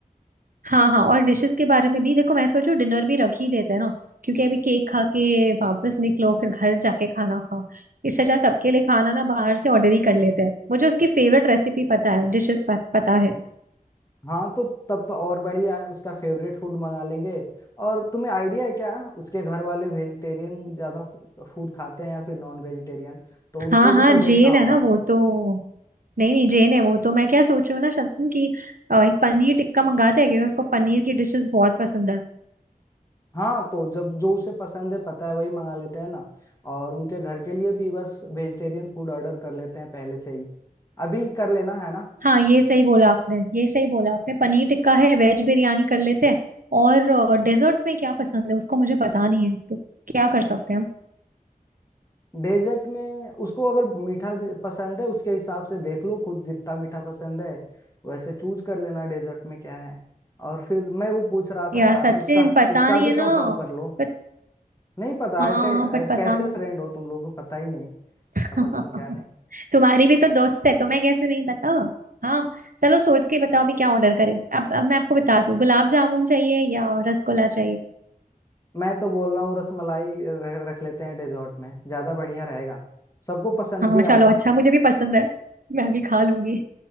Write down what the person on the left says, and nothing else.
हाँ तो तब तो और बढ़िया है उसका फेवरेट फूड मंगा लेंगे और तुम्हें आइडिया है क्या उसके घर वाले वेजिटेरियन ज्यादा फूड खाते हैं या फिर नॉन वेजिटेरियन तो उनको
भी
तो
देखना होगा
हाँ तो जब जो उसे पसंद है पता है वही मंगा लेते हैं ना और उनके घर के लिए भी बस वेजिटेरियन फूड ऑर्डर कर लेते हैं पहले से ही अभी कर लेना है ना
डेजर्ट में उसको अगर मीठा ज- पसंद है उसके हिसाब से देख लो खुद जितना मीठा पसंद है वैसे चूज कर लेना डेजर्ट में क्या है और फिर मैं वो पूछ रहा
था यार
उसका
उसका
भी
कंफर्म
कर लो
नहीं पता
ऐसे, ऐसे
कैसे
फ्रेंड हो तुम लोग को पता ही नहीं क्या
पसंद क्या नहीं।
मैं तो बोल रहा हूँ रसमलाई रख रख लेते हैं डेजर्ट में ज्यादा बढ़िया रहेगा सबको पसंद
भी आएगा
वो
तो